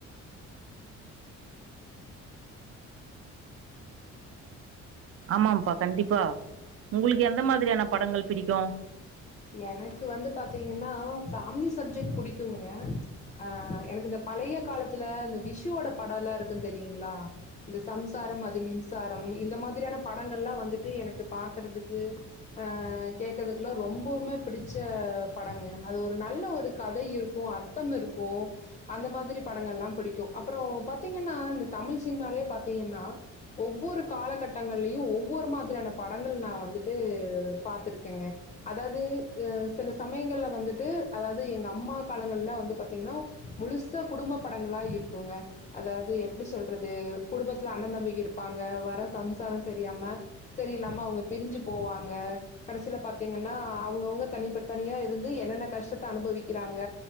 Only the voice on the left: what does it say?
எனக்கு வந்து பாத்தீங்கன்னா ஃபேமிலி சப்ஜெட் புடிக்குங்க அ எனக்கு இந்த பழைய காலத்துல இந்த விஷிவோட பட எல்லா இருக்கு தெரியுங்களா இந்த சம்சாரம் அது மின்சாரம் இந்த மாதிரியான படங்கள்லா வந்துட்டு எனக்கு பாக்குறதுக்கு அ கேக்குதுக்குல்லா ரொம்போ மே பிடிச்ச படங்க அது ஒரு நல்ல ஒரு கதை இருக்கு அர்த்தம் இருக்கு அந்த மாதிரி படங்கல்லா பிடிக்கு அப்புறோ பாத்தீங்கன்னா இந்த தமிழ் சினிமாலயே பாத்தீங்கன்னா ஒவ்வொரு காலகட்டங்கள்லையு ஒவ்வொரு மாதிரியான படங்கள் நா வந்துட்டு பாத்துருக்கேங்க அதாது சில சமயங்கள்ல வந்துட்டு அதாது எங்க அம்மா காலங்கள்ல வந்து பாத்தீங்கன்னா முழுசா குடும்ப படங்களா இருக்குங்க அதாது எப்டி சொல்றது குடும்பத்துல அண்ண தம்பிக இருப்பாங்க வர சம்சார சரியாம சரி நம்ம அவங்க பிரிஞ்சு போவாங்க கடைசியில பாத்தீங் ஏன்னா அவங்கவுங்க தனி பட் தனியா இருந்து என்னென்ன கஷ்டத்த அனுபவிக்கிறாங்க